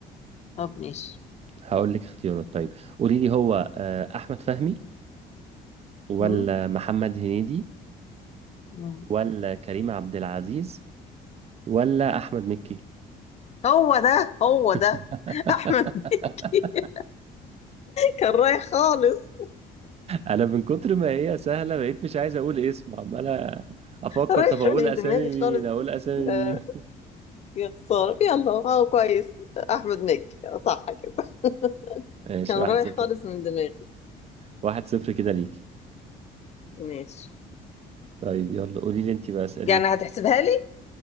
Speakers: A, on the left; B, on the right.
A: طب ماشي
B: هقول لك اختيارات طيب قولي لي هو آه، احمد فهمي ولا
A: مم.
B: محمد هنيدي
A: مم.
B: ولا كريم عبد العزيز ولا احمد مكي
A: هو ده هو
B: <laughs>
A: ده <laughs> احمد مكي كان رايح خالص
B: انا من كتر ما هي سهله بقيت مش عايز اقول اسم عمال افكر
A: رايح
B: طب اقول
A: من
B: اسامي
A: دماغي
B: مين
A: خالص
B: اقول اسامي
A: آه،
B: مين <laughs>
A: يا خساره يلا هو كويس احمد مكي صح كده
B: ماشي
A: كان
B: واحد
A: رايح
B: صفر
A: خالص من دماغي
B: واحد صفر كده ليكي
A: ماشي
B: طيب يلا قولي لي انت بقى اساليني
A: يعني هتحسبها لي